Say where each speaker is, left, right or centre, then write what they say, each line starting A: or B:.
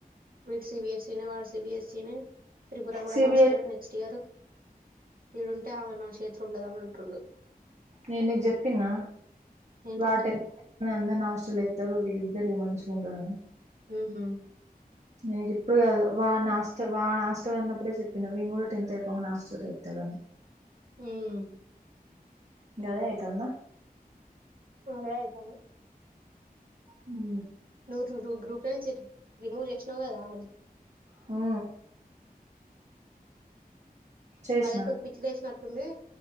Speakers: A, on the right (about 65°); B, on the right (about 45°).
A: వీడు సిబిఎస్ఈ నే వాడు సిబిఎస్ఈ నే త్రిపుర కూడా
B: సిబిఎస్
A: హాస్టల్ నెక్స్ట్ ఇయర్ ఈడుంటే ఆమే మన చేత్ ఉండదన్అన్ ట్టుండు
B: నేను ఇది చెప్పిన్నా
A: ఏంటిది
B: వాటి అంద నాష్టలు ఎస్తారు వీల్ ఇద్దరి మంచిగా ఉంటడని
A: ఉమ్
B: ఎనికి ఇప్పుడు కాదు వా నాస్ త్తర్ వాన్ హాస్టల్ అన్నప్పుడే చెప్పినా వీనీ కూడా టెన్త్ అయిపోమని హస్టల్ ఎతాడని
A: మ్మ్
B: గదే అయితంద
A: అదే అయితాంది
B: అ
A: నూరు నూరు న్ గ్రూప్ క్కడ నుంచి రిమూవ్ చేసినావు కదా ఆవని
B: హూ చేసిన
A: మదక్క కు పిచ్చలేస్ నట్ ంది